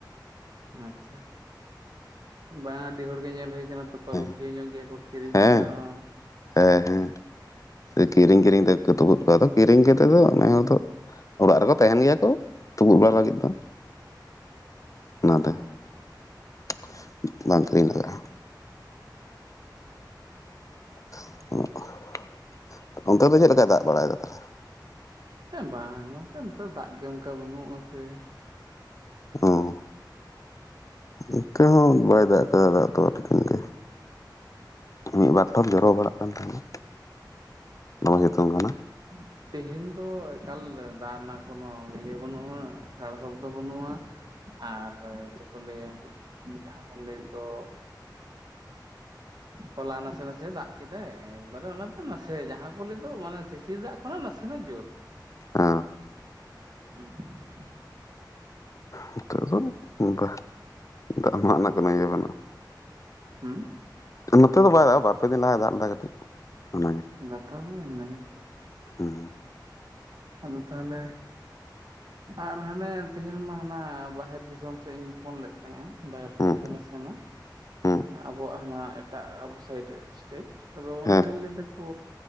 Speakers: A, on the right (about 65°); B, on the left (about 45°).
A: ᱟᱪᱪᱷᱟ ᱾ ᱵᱟᱝ ᱟᱹᱰᱤ ᱦᱚᱲᱜᱮ ᱧᱮᱞ ᱦᱩᱭ ᱟᱠᱟᱱᱟ ᱛᱚ, ᱯᱟᱹᱨᱩᱠᱷᱤᱭᱟᱹ
B: ᱦᱮᱸ
A: ᱧᱚᱜ ᱜᱮᱭᱟ ᱠᱚ ᱠᱤᱨᱤᱧ
B: ᱦᱮᱸ
A: ᱦᱩᱭᱩᱜᱼᱟ ᱾
B: ᱦᱮᱸ ᱦᱮᱸ, ᱠᱤᱨᱤᱧ ᱠᱤᱨᱤᱧ ᱛᱮ ᱠᱚ ᱛᱩᱯᱩᱫ ᱠᱚᱣᱟ ᱾ ᱟᱫᱚ ᱠᱤᱨᱤᱧ ᱠᱟᱛᱮᱜ ᱫᱚ ᱱᱮ ᱦᱚᱲ ᱫᱚ ᱚᱲᱟᱜ ᱨᱮᱠᱚ ᱛᱟᱦᱮᱱ ᱜᱮᱭᱟ ᱠᱚ ᱛᱩᱯᱩᱫ ᱵᱟᱲᱟ ᱞᱟᱹᱜᱤᱫ ᱫᱚ ᱾
A: <unintelligible>
B: ᱚᱱᱟᱛᱮ
A: ᱦᱩᱸ
B: <inaudible> ᱵᱟᱝ ᱠᱤᱨᱤᱧ ᱞᱟᱜᱟᱜᱼᱟ ᱾ <unintelligible> ᱚᱱᱛᱮ ᱫᱚ ᱪᱮᱫ ᱞᱮᱠᱟᱭ ᱫᱟᱜ ᱵᱟᱲᱟᱭ ᱮᱫᱟ ᱛᱟᱞᱦᱮ?
A: ᱮᱸ, ᱵᱟᱝ ᱜᱚᱝᱠᱮ ᱱᱚᱛᱮ ᱫᱚ ᱫᱟᱜ ᱜᱮ ᱚᱱᱠᱟ ᱵᱟᱹᱱᱩᱜᱼᱟ ᱥᱮ ᱾
B: ᱚᱻ ᱱᱚᱛᱮ ᱦᱚᱸ ᱵᱟᱭ ᱫᱟᱜ ᱟᱠᱟᱫᱟ ᱫᱟᱜ ᱫᱚ ᱟᱹᱰᱤ ᱫᱤᱱ ᱜᱮ ᱾ ᱢᱤᱫ ᱵᱟᱨ ᱴᱷᱚᱯ ᱡᱚᱨᱚ ᱵᱟᱲᱟᱜ ᱠᱟᱱ ᱛᱟᱦᱮᱱᱟ, ᱫᱚᱢᱮ ᱥᱤᱛᱩᱝ ᱠᱟᱱᱟ ᱾
A: ᱦᱩᱸ ᱾ ᱛᱮᱦᱮᱧ ᱫᱚ ᱮᱠᱟᱞ ᱫᱟᱜ ᱨᱮᱱᱟᱜ ᱠᱳᱱᱚ ᱤᱭᱟᱹ ᱵᱟᱹᱱᱩᱜᱼᱟ, ᱥᱟᱲᱟ ᱥᱚᱵᱫᱚ ᱵᱟᱹᱱᱩᱜᱼᱟ ᱾ ᱟᱨ ᱪᱮᱫ ᱠᱚ ᱞᱟᱹᱭᱟ ᱡᱟᱦᱟᱸ ᱵᱚᱱ ᱞᱟᱹᱭᱮᱫ ᱫᱚ ᱦᱚᱞᱟ ᱱᱟᱥᱮ ᱱᱟᱥᱮ ᱫᱟᱜ ᱠᱮᱫᱟᱭ ᱾ ᱮᱠᱵᱟᱨᱮ ᱚᱱᱟ ᱫᱚ ᱱᱟᱥᱮ ᱡᱟᱦᱟᱸ ᱠᱚ ᱞᱟᱹᱭ ᱫᱚ ᱢᱟᱱᱮ ᱥᱤᱥᱤᱨ ᱫᱟᱜ ᱠᱷᱚᱱᱟᱜ ᱱᱟᱥᱮᱱᱟᱜ ᱡᱳᱨ ᱾
B: ᱚ ᱾
A: ᱦᱩᱸ ᱾
B: ᱱᱤᱛᱳᱜ ᱫᱚ ᱵᱟ, <inaudible> ᱫᱟᱜ ᱢᱟᱜ ᱨᱮᱱᱟᱜ ᱠᱳᱱᱚ ᱤᱭᱟᱹ ᱵᱟᱹᱱᱩᱜᱼᱟ ᱾
A: <inaudible> ᱦᱩᱸ ᱾
B: ᱱᱚᱛᱮ ᱫᱚ ᱵᱟᱭ ᱫᱟᱜ ᱮᱫᱟ, ᱵᱟᱨ ᱯᱮ ᱫᱤᱱ ᱞᱟᱦᱟᱭ ᱫᱟᱜ ᱞᱮᱫᱟ ᱠᱟᱹᱴᱤᱡ ᱚᱱᱟᱜᱮ ᱾
A: ᱜᱟᱛᱷᱟ ᱫᱚ ᱤᱱᱟᱹᱜᱮ
B: ᱦᱩᱸ ᱾
A: ᱟᱫᱚ ᱛᱟᱦᱚᱞᱮ ᱟᱨ ᱦᱟᱱᱮ ᱛᱮᱦᱮᱧ ᱢᱟ ᱦᱟᱱᱟ ᱵᱟᱦᱮᱨ ᱫᱤᱥᱚᱢ ᱥᱮᱫ ᱤᱧ ᱯᱷᱳᱱ ᱞᱮᱫ ᱛᱟᱦᱮᱸᱫ-ᱟ ᱾ ᱵᱟᱦᱮᱨ
B: ᱦᱩᱸ
A: ᱵᱚᱞᱛᱮ ᱱᱟᱥᱮᱱᱟᱜ
B: ᱦᱩᱸ
A: ᱟᱵᱚᱣᱟᱜ ᱦᱟᱱᱟ ᱮᱴᱟᱜ ᱟᱵᱚ ᱥᱟᱭᱤᱰ ᱥᱴᱮᱴ ᱾ ᱟᱫᱚ ᱚᱸᱰᱮ
B: ᱦᱮᱸ
A: ᱦᱚᱸ ᱞᱟᱹᱭ ᱮᱫᱟᱠᱚ